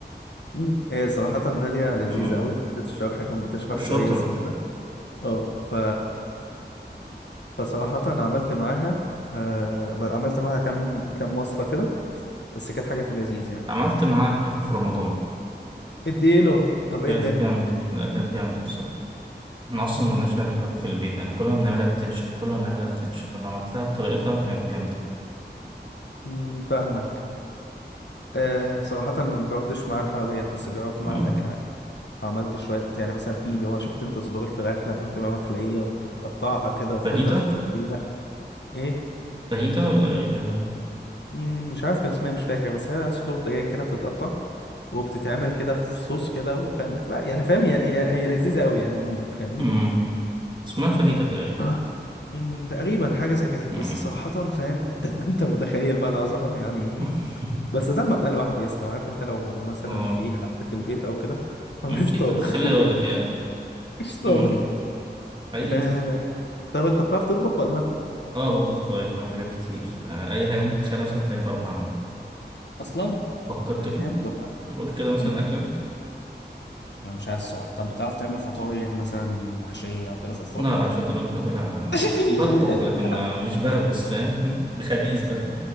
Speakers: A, on the left; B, on the right.
A: امم هي صراحه ناديه لذيذه
B: مم.
A: قوي في حته الشرح كانت بتشرح
B: وشاطرة
A: كويس وكده اه ف فصراحه عملت معاها آه... ب- عملت معاها كام كام وصفه كده بس كانت حاجه في اللذيذ يعني
B: عملت معاها كنافة في رمضان
A: اديله طب ايه
B: كانت
A: الدنيا
B: جامدة لا كانت جامدة بصراحة احنا أصلا
A: امم
B: ما بنعرفش نعمل كنافة في البيت يعني كلها بنعملها بتنشف كلها بنعملها بتنشف لما عملتها بطريقتها كانت جامدة
A: أمم، فاهمك آه... صراحه انا ما جربتش معاها الحلويات بس جربت معاها
B: مم.
A: الاكل عادي عملت شوية يعني مثلا في اللي هو شفت انت صدور الفراخ لما بتبقى مخلية وبتقطعها كده وبتحطها
B: فاهيتا
A: في التتبيلة ايه
B: فاهيتا ولا أي غيرها
A: مم، مش عارف كان اسمها إيه، مش فاكر بس هي صدور دجاج كده بتتقطع وبتتعمل كده في صوص كده فاهم بتبقى يعني فاهم هي هي هي لذيذة قوي يعني عموما فاهمني
B: مم. اسمها فاهيتا تقريبا
A: <coughs> مم، تقريبا حاجة زي كده
B: مم.
A: بس صراحة فاهم انت <laughs> انت متخيل بقى العظمة يعني إيه؟
B: <laughs>
A: بس ده لما ابقى لوحدي يا اسطى عارف انت لو مثلا
B: اه
A: في حد في البيت او كده <laughs> أنا
B: أكيد
A: مش طابخ
B: هتخليها
A: <laughs>
B: ولا بيعمل
A: مش طابخ
B: <laughs> حقيقي
A: آه... طب انت بتعرف تطبخ ولا لا؟
B: اه بطبخ كويس بعمل حاجات كتير آه، اي حاجه ممكن تتخيلها مثلا تلاقيني بعرف اعملها
A: اصلا
B: فكر
A: طب
B: كده
A: جامد والله
B: قول كده مثلا
A: امم
B: اكله
A: انا مش عايز الصراحه طب بتعرف تعمل فطاير مثلا محشيه او كده في الفرن
B: لا لا مش الدرجه دي لا لا
A: ابلع
B: بطبخ لكن ما مش بخبز فاهم <laughs> ده خبيث ده